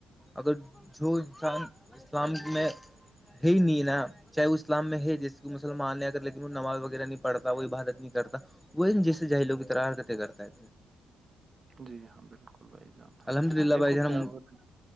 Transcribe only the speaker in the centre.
اگر جو انسان اسلامک میں ہے ہی نہیں نا چاہے وہ اسلام میں ہے جیسے مسلمان نے اگر ل نماز وغیرہ نہیں پڑتا وہ عبادت نہیں کرتا وہ جیسے جاہی لوگ کیتر حرکتیں کرتا ہے
الحمد للہ
بھائی
جان